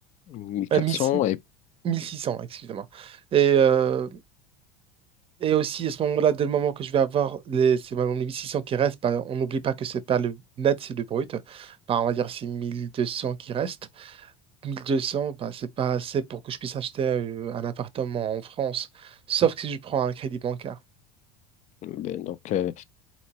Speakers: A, on the left; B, on the right.
A: 1400
B: Euh, 1000
A: et
B: 1600, excusez-moi. Et euh, et aussi, à ce moment-là, dès le moment que je vais avoir les, c'est les 1600 qui restent, bah, on n'oublie pas que c'est pas le net, c'est le brut. Bah, on va dire c'est 1200 qui restent. 1200, bah, c'est pas assez pour que je puisse acheter euh, un appartement en France, sauf que si je prends un crédit bancaire.
A: ben, donc euh,